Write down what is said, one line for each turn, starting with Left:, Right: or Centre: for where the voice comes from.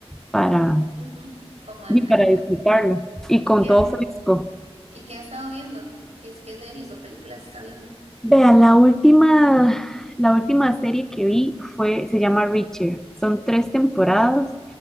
Centre: para,
Right: Ujú. como al,
Centre: y
Right: al
Centre: para
Right: tanto.
Centre: disfrutarla y
Right: ¿Y
Centre: con
Right: qué,
Centre: todo fresco.
Right: y qué ha estado viendo? ¿Qué, es- qué series o películas está viendo?
Centre: vea la última, la última serie que vi fue, se llama Reacher. Son tres temporadas,